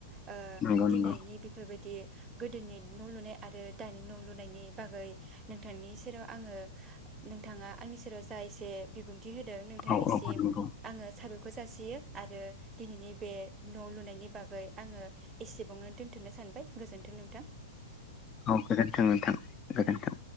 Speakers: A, on the right; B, on the left.
A: ओ
B: नंगौ
A: दिनैनि
B: नंगौ
A: बेफोरबायदि गोदोनि न' लुनाय आरो दानि न' लुनायनि बागै नोंथांनि सेराव आङो नोंथाङा आंनि सेराव जा एसे बिबुं थि होदों नोंथांनिसिम
B: औ औ नंगौ
A: आङो साबाय खौ जासियो आरो दिनैनि बे न' लुनायनि बागै आङो एसेबांनो दोनथ'नो सानबाय गोजोन्थों नोंथां।
B: औ गोजोनथों नोंथां गोजोनथों।